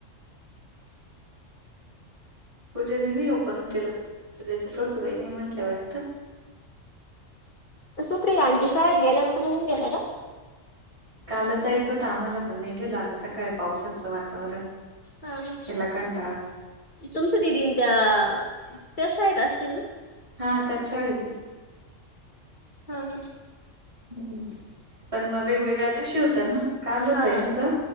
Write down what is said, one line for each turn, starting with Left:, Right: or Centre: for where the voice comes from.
Right: पूजेनी नाही ओपन केलं तीच्या सासूबाई नाही म्हंटल्या वाटतं
Left: सुप्रिया आंटी शाळेत गेल्या मग तुम्ही नाही गेल्या का
Right: कालच जायचं होत आम्हाला पण नाही गेलो अगं सकाळी पावसाचं वातावरण
Left: हा हा
Right: केला कंटाळा
Left: तुमच दिदीन त्या त्या शाळेत असतील ना
Right: हा त्याच शाळेत ये
Left: हा ह
Right: हम्म पण मग वेगवेगळ्या दिवशी होत ना काल होत
Left: हा
Right: यांचं